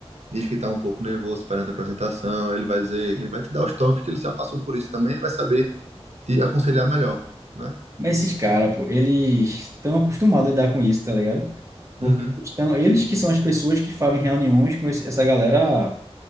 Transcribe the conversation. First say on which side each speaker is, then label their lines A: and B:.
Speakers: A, on the right; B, on the right.
A: diz que está um pouco nervoso perante a apresentação, ele vai dizer, ele vai te dar os toques que ele já passou por isso também, ele vai saber te aconselhar melhor, né?
B: Mas esses caras, pô, eles estão acostumados a lidar com isso, tá ligado? Porque
A: Uhum,
B: estão, eles que são as pessoas que falam em reuniões com esse- essa galera